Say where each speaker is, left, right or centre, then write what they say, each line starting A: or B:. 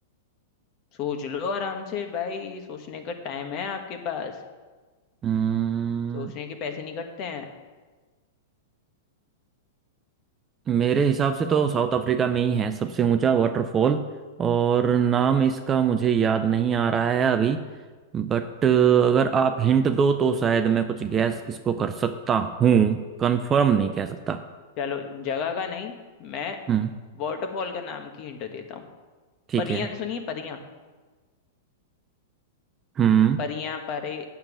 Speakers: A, on the left; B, on the right.
A: सोच लो आराम से भाई सोचने का टाइम है आपके पास
B: हम्म,
A: सोचने के पैसे नहीं कटते हैं
B: मेरे हिसाब से तो साउथ अफ्रीका में ही है सबसे ऊंचा वाटरफॉल और नाम इसका मुझे याद नहीं आ रहा है अभी बट अगर आप हिंट दो तो शायद मैं कुछ गैस इसको कर सकता हूँ कंफर्म नहीं कह सकता
A: चलो जगह का नहीं मैं
B: हम्म
A: वाटरफॉल का नाम की हिंट देता हूँ
B: ठीक
A: परियां
B: है
A: सुनिए परियां
B: हम्म
A: परियां परे